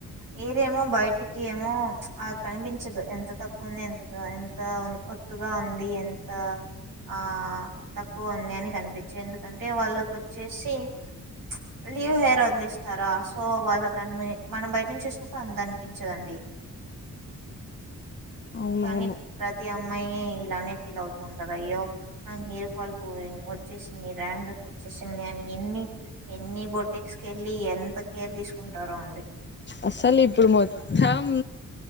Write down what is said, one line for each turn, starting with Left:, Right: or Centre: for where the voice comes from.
Right: హెయిర్ ఏమో. బయటికి ఏమో చ్ ఆ కనిపించదు ఎంత తక్కువ ఉంది ఎంత ఎంత ఒత్తుగా ఉంది. ఎంత ఆ తక్కువ ఉంది అని కనిపించే ఎందుకంటే వాళ్ళకు వచ్చేసి చ్ లీవ్ హెయిర్ వదిలేస్తారా సో వాళ్ళకు అన్ని మనం బయట నుంచి వచ్చినప్పుడు అంత అనిపించదండి.
Left: అవునవును
Right: కానీ ప్రతి అమ్మాయి ఇలానే ఫీల్ అవుతుంటారది అయ్యో నా హెయిర్ వాల్ పోయి వచ్చేసింది డ్రండ్రాప్ వచ్చేసింది అని ఎన్ని ఎన్ని బొటెక్స్ కి వెళ్ళి ఎంత కేర్ తీసుకుంటారో అండి.
Left: అసలు ఇప్పుడు మొత్తం